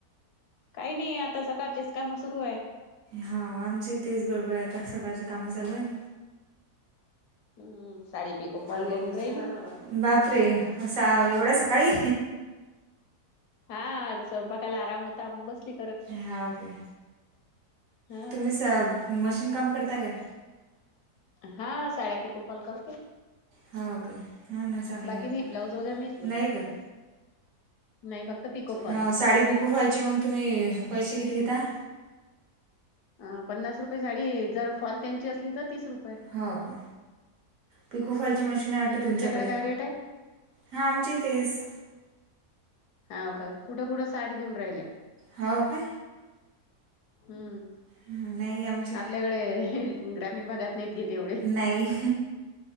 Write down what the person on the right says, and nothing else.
हा आमची इथेच गडबळ आता सकाळची काम चालू आहे.
ऑनलाईन
दिसल्या
ना लावला बापरे अस एवढ्या सकाळी.
ह ओके
तुम्हीच मशीन काम करता का
हा ओके हां ना चांगलं
आहे.
नाही का
हा साडी प खूप हालचे मग तुम्ही पैसे किती घेता
हो का पिको फॉलची मशीन
वाटते
तुमच्याकडे
हा आमचे तेस
हो का
नाही आमची
नाही